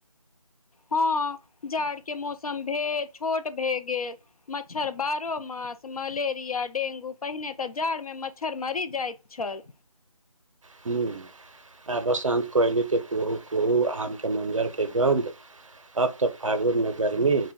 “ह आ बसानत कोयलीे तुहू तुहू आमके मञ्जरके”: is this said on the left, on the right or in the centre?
Right